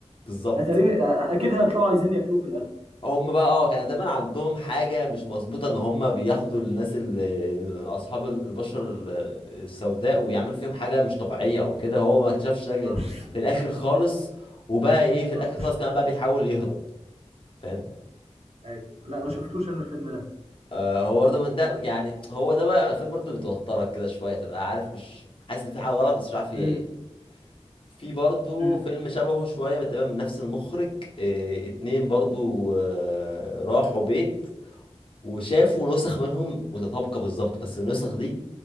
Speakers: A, on the left (about 50°); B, on the right (about 60°).
A: بالظبط
B: اتاري آه، اكيد هيطلعوا عايزين ياكلوه في الاخر
A: هم بقى اه كان دايما عندهم حاجة مش مظبوطة ان هم بياخدوا الناس اللي اصحاب البشرة ال- السوداء ويعملوا فيهم حاجة مش طبيعية او كده هو ما اكتشفش ده غير
B: اه
A: في الاخر خالص وبقى ايه في الاخر
B: اه
A: خالص كمان بقى بيحاول يهرب فاهم
B: ايوه لا ما شفتوش انا الفيلم ده
A: آه هو برضه من ده يعني هو ده بقى الافلام برضه اللي بتوترك كده شوية تبقى عارف مش حاسس ان في حاجة غلط بس مش عارف هي
B: مم.
A: ايه في برضه
B: مم.
A: فيلم شبهه شوية بتبقى من نفس المخرج آه اتنين برضه آه راحوا بيت وشافوا نسخ منهم متطابقة بالظبط بس النسخ دي